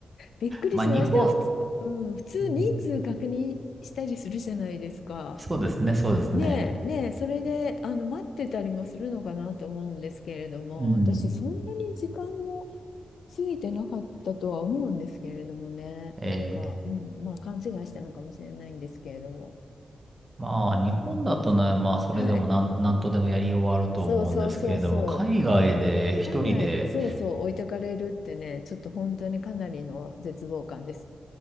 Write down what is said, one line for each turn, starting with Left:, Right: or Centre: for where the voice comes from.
Left: びっくりしました。
Right: まあ、日本、
Left: 普通、うん、普通人数確認したりするじゃないですか。
Right: うんそうですね、そうですね。
Left: ねえ、ねえ、それで、あの、待ってたりもするのかなと思うんですけれども、
Right: うん。
Left: 私、そんなに時間も過ぎてなかったとは思うんですけれどもね、
Right: えー
Left: なんか、うん、まあ勘違いしたのかもしれないんですけれども、
Right: まあ、日本だとね、
Left: でもび
Right: まあ、それでもなん、
Left: はい、
Right: なんとでもやりようはあると思うんですけれども、
Left: そうそうそうそう、
Right: 海外で一人で、
Left: 海外、そうそう、置いてかれるってね、ちょっと本当にかなりの絶望感です。